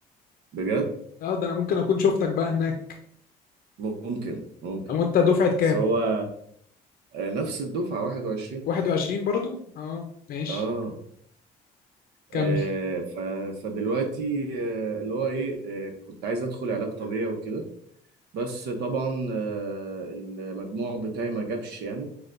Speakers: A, on the right; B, on the left.
A: بجد
B: أه ده أنا ممكن أكون شفتك بقى هناك
A: ممكن ممكن
B: أو أنت دفعة كام؟
A: بس هو آه، نفس الدفعه 21
B: 21 برضو؟ أه ماشي
A: اه
B: كمل
A: آه، ف- فدلوقتي آه، اللي هو ايه آه، كنت عايز ادخل علاج طبيعي وكده بس طبعا آه، المجموع بتاعي ما جابش يعني